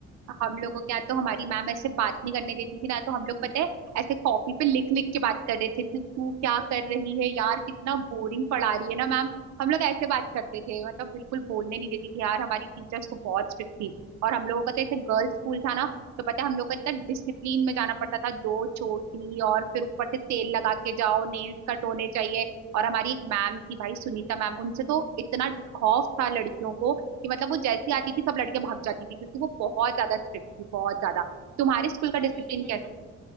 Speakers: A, on the right; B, in the centre.
A: हम लोगों के यहाँ तो हमारी मैम ऐसे बात नहीं करने देती थी ना तो हम लोग पता है ऐसे कॉपी पे लिख लिख के बात कर रहे थे तू तू क्या कर रही है यार कितना बोरिंग पढ़ा रही है ना मैम हम लोग ऐसे बात करते थे मतलब बिल्कुल बोलने नहीं देती थी यार हमारी टीचर्स तो बहुत स्ट्रिक्ट थी और हम लोगों का तो ऐसे गर्ल्स स्कूल था ना तो पता है हम लोग को इतना डिसिप्लिन में जाना पड़ता था दो चोटी और फिर ऊपर से तेल लगा के जाओ नेल कट होने चाहिए और हमारी एक मैम थी भाई सुनीता मैम उनसे तो इतना खौफ था लड़कियों को कि मतलब वो जैसी आती थी सब लड़के भाग जाती थी क्योंकि वो बहुत ज्यादा स्ट्रिक्ट थी बहुत ज्यादा तुम्हारे स्कूल का
B: अरे
A: डिसिप्लिन
B: ये
A: कैसे
B: तो